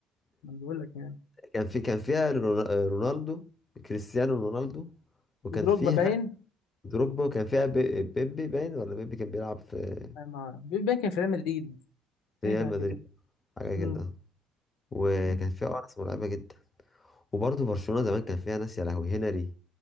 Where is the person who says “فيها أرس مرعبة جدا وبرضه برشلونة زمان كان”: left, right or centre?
Left